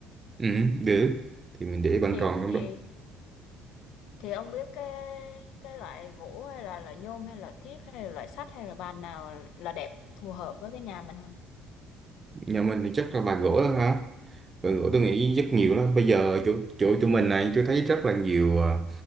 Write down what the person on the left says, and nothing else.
thì
thì
thì ông biết cái cái loại gỗ hay là loại nhôm hay là thiếc hay là loại sắt hay là bàn nào là đẹp phù hợp với cái nhà mình không?